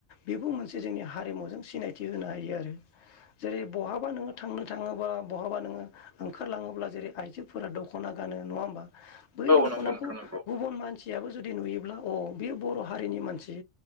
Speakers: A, on the left (about 70°); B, on the right (about 25°).
A: बेबो मोनसे जोंनि हारिमुजों सिनायथि होनो हायो आरो। जेरै बहाबा नोङो थांनो थाङोबा बहाबा नोङो ओंखारलाङोब्ला जेरै आइजोफोरा दख' दख'ना गानो नङा होमबा बै
B: औ
A: दख'नाखौ
B: नंगौ नोंथां नंगौ
A: गुबुन मानसियाबो जुदि नुयोब्ला अ बे बर' हारिनि मानसि